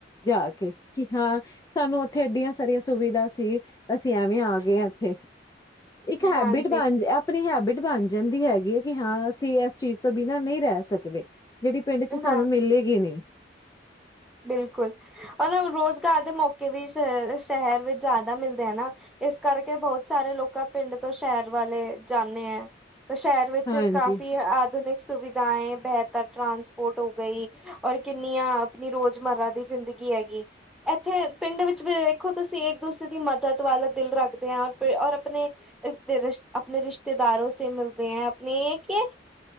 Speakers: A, on the left (about 20°); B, in the centre.
A: ਜਾ ਕੇ ਕਿ ਹਾਂ ਸਾਨੂੰ ਓਥੇ ਏਡੀਆਂ ਸਾਰੀਆਂ ਸੁਵਿਧਾ ਸੀ, ਅਸੀਂ ਐਵੇਂ ਆ ਗਏ ਹਾਂ ਇੱਥੇ
B: ਹਾਂਜੀ-ਹਾਂਜੀ
A: ਇੱਕ ਹੈਬਿਟ ਬਨ ਜ ਆਪਨੀ ਹੈਬਿਟ ਬਨ ਜਾਂਦੀ ਹੈਗੀ ਹੈ ਕਿ ਹਾਂ ਅਸੀਂ ਏਸ ਚੀਜ਼ ਤੋਂ ਬਿਨਾਂ ਨਹੀਂ ਰਹੈ ਸਕਦੇ। ਜੇੜੀ ਪਿੰਡ 'ਚ ਸਾਨੂੰ
B: ਹਾਂ
A: ਮਿਲੇਗੀ ਨਹੀਂ।
B: ਬਿਲਕੁਲ, ਔਰ ਰੋਜ਼ਗਾਰ ਦੇ ਮੌਕੇ ਵੀ ਸ਼ਹੈਰ ਵਿੱਚ ਜਾਦਾ ਮਿਲਦੇ ਹੈ ਨਾ ਇਸ ਕਰਕੇ ਬਹੁਤ ਸਾਰੇ ਲੋਕਾਂ ਪਿੰਡ ਤੋਂ ਸ਼ੈਰ ਵਾਲੇ ਜਾਨੇ ਹੈ ਤੇ ਸ਼ੈਰ ਵਿੱਚ
A: ਹਾਂਜੀ
B: ਕਾਫ਼ੀ ਆਧੁਨਿਕ ਸੁਵਿਧਾਏਂ, ਬੇਹਤਰ ਟਰਾਂਸਪੋਰਟ ਹੋ ਗਈ ਔਰ ਕਿੰਨੀਆਂ ਆਪਨੀ ਰੋਜਮਰਾ ਦੀ ਜ਼ਿੰਦਗੀ ਹੈਗੀ ਐਥੇ, ਪਿੰਡ ਵਿੱਚ ਵੇਖੋ ਤੁਸੀਂ, ਇੱਕ ਦੂਸਰੇ ਦੀ ਮਦਦ ਵਾਲਾ ਦਿਲ ਰੱਖਦੇ ਐਂ, ਔਰ--ਔਰ ਆਪਨੇ ਅਪਨੇ ਰਿਸ਼ਤ ਅਪਨੇ ਰਿਸ਼ਤੇਦਾਰੋਂ ਸੇ ਮਿਲਤੇ ਹੈਂ, ਅਪਨੇ ਹੈ ਕੇ